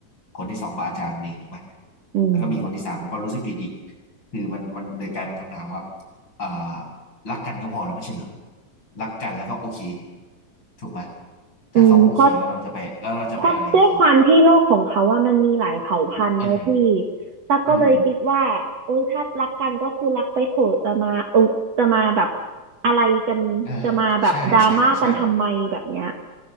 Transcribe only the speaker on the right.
อืม
อืมเพราะ เพราะด้วยความที่โลกของเขาว่ามันมีหลายเผ่าพันธุ์เนอะพี่
ตั๊กก็เลยคิดว่าโอ้ยถ้ารักกันก็คือรักไปเถอะจะมาเออจะมาแบบ
อะไรกัน
จะมาแบบดราม่ากันทำไมแบบเนี้ย